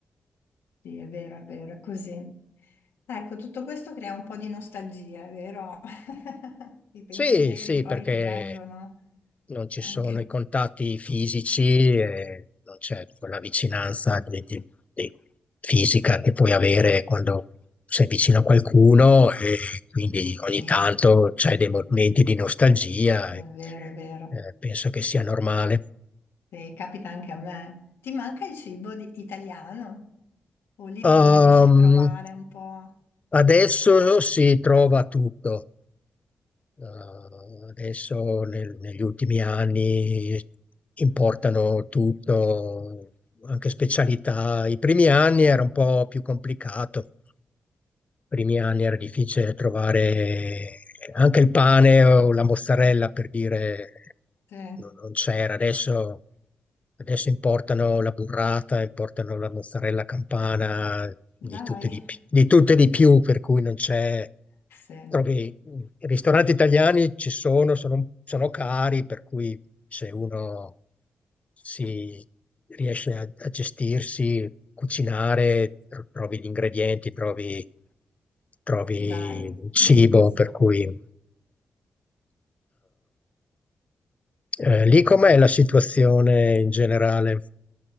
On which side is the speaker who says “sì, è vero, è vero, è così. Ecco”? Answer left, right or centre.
Left